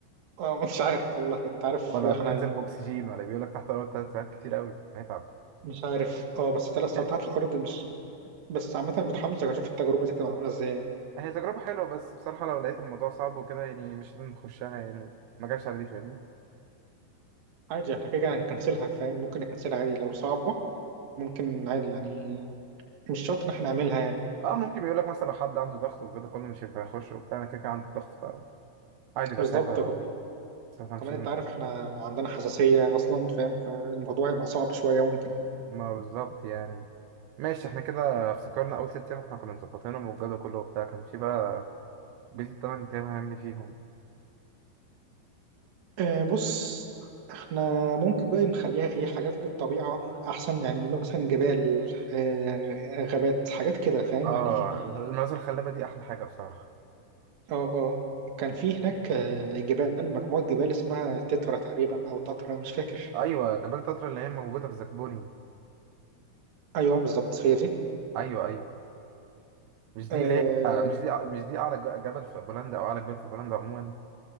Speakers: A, on the right (about 50°); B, on the right (about 80°).
A: اه مش عارف والله انت عارف
B: ولا
A: احنا
B: بننزل باكسجين ولا بيقولك تحت الارض تلات ساعات كتير قوي هنتعب
A: مش عارف اه بس ثلاث
B: يعني
A: ساعات تحت الارض مش بس عامه متحمس اشوف التجربه دي تبقى عامله ازاي يعني
B: هي تجربة حلوة بس بصراحة لو لقيت الموضوع صعب وكده يعني مش لازم نخشها يعني ما جاش على دي فاهمني
A: عادي احنا كده كده هنكنسلها فاهم ممكن نكنسلها عادي لو صعبه ممكن عادي يعني مش شرط ان احنا نعملها يعني
B: اه ممكن بيقول لك مثلا لو حد عنده ضغط وكده كله مش هينفع يخش وبتاع انا كده كده عندي الضغط فعادي بقى
A: بالظبط
B: ساعتها
A: وكمان
B: ساعتها مش
A: كمان
B: لازم
A: انت
B: نخش
A: عارف احنا عندنا حساسية اصلا فاهم فالموضوع يبقى صعب شوية ممكن
B: ما بالظبط يعني ماشي احنا كده افتكرنا اول ست ايام احنا كنا مظبطينهم والجدول كله وبتاع كان في بقى بيت التمن ايام هنعمل إيه فيهم
A: اه بص احنا ممكن بقى نخليها ايه حاجات للطبيعة احسن يعني مثلا جبال اه غابات حاجات كده فاهم
B: اه
A: يعني إيه؟
B: المناظر الخلابه دي احلى حاجه بصراحه
A: اه اه كان في هناك آه، جبال مجموعة جبال اسمها تترا تقريبا او تترا مش فاكر
B: ايوه جبال تترا اللي هي موجوده في زبوني
A: ايوه بالظبط هي دي
B: ايوه ايوه مش دي
A: اه
B: اللي هي آه، مش دي مش دي اعلى ج- جبل في بولندا او اعلى جبال في بولندا عموما